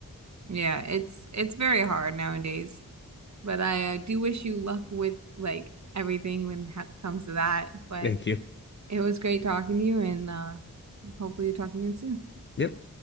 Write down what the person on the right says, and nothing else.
Yeah, it's it's very hard nowadays. But I uh, do wish you luck with like everything when it ha- comes to that. But
it was great talking to you, and uh, hopefully, you're talking again soon.